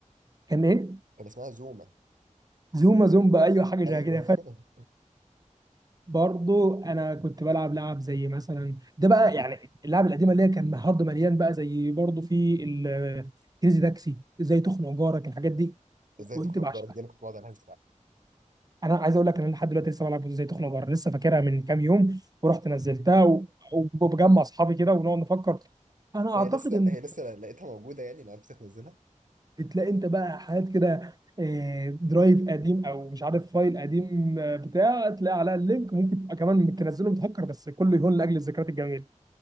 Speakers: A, on the right; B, on the right.
A: كان ايه
B: كان اسمها زوما
A: زوما زومبا ايوه حاجه زي
B: ايوه
A: كده
B: <laughs>
A: برضو انا كنت بلعب لعب زي مثلا ده بقى يعني اللعب القديمه اللي هي كان هارد مليان بقى زي برضو في ال- كريزي تاكسي زي تخنق جارك الحاجات دي
B: ازاي
A: كنت
B: تخنق
A: بعشقها
B: جارك دي انا كنت بقعد العب
A: انا عايز اقول لك ان انا لحد دلوقتي لسه بلعب زي تخنق جارك لسه فاكرها من كام يوم ورحت نزلتها و- وبجمع اصحابي كده ونقعد نفكر انا اعتقد
B: هي لسه
A: ان
B: هي لسه لقيتها موجودة يعني لو عرفت تنزلها
A: بتلاقي انت بقى حاجات كده آه، درايف قديم او مش عارف فايل قديم آه، بتاع تلاقي عليها اللينك ممكن تبقى كمان تنزله متهكر بس كله يهون لاجل الذكريات الجميله